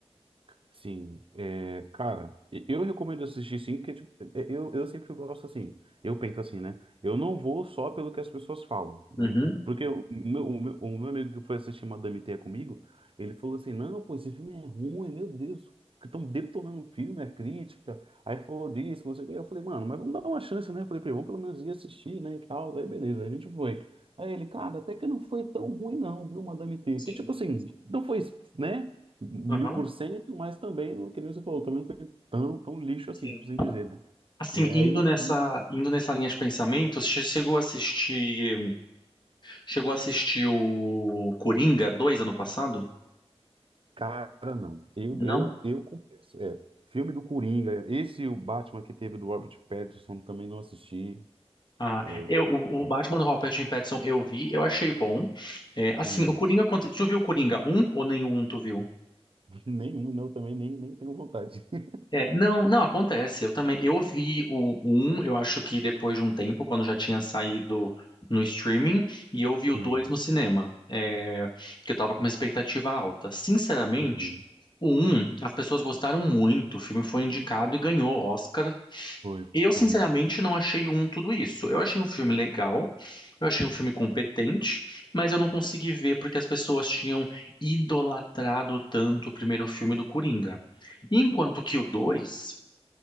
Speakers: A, on the right; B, on the left.
A: Sim, é, cara, e- eu recomendo assistir sim, porque tipo, é, é, eu, eu sempre gosto assim, eu penso assim, né? Eu não vou só pelo que as pessoas falam, né?
B: Uhum.
A: Porque o meu, o meu, o meu amigo que foi assistir Madame Teia comigo, ele falou assim, não, pô, esse filme é ruim, meu Deus, porque estão detonando o filme, a crítica, aí falou disso, você... eu falei, mano, mas vamos dar uma chance, né? Eu falei pra ele, vamos pelo menos ir assistir, né, e tal, aí beleza, aí a gente foi. Aí ele, cara, até que não foi tão ruim não, viu, Madame Teia,
B: Sim.
A: que tipo assim, não foi, né? mil
B: Aham.
A: por cento, mas também, não- que nem você falou, também não foi tão, tão lixo assim,
B: Sim.
A: por assim dizer, né?
B: Assim,
A: Né?
B: indo
A: Aí no
B: nessa, indo nessa linha de pensamento, che- chegou a assistir, chegou a assistir o Coringa 2 ano passado?
A: cara, não. Eu,
B: Não?
A: eu, eu confesso. É, filme do Coringa, esse o Batman que teve do Robert Pattinson também não assisti.
B: Ah,
A: É,
B: eu, o o Batman
A: é,
B: do Robert Pattinson eu vi, eu achei bom. É, assim,
A: hum,
B: o Coringa, aconte- tu viu o Coringa um ou nenhum um tu viu?
A: <laughs> nenhum, não, também nem, nem tenho vontade. <laughs>
B: É, não, não acontece. Eu também, eu vi o um. eu acho que depois de um tempo, quando já tinha saído no streaming, e eu vi o
A: Sim.
B: 2 no cinema, é, que eu tava com uma expectativa alta. Sinceramente,
A: Uhum.
B: o um, as pessoas gostaram muito, o filme foi indicado e ganhou Oscar.
A: Foi,
B: Eu,
A: foi.
B: sinceramente, não achei um tudo isso. Eu achei um filme legal, eu achei um filme competente, mas eu não consegui ver porque as pessoas tinham idolatrado tanto o primeiro filme do Coringa. Enquanto que o 2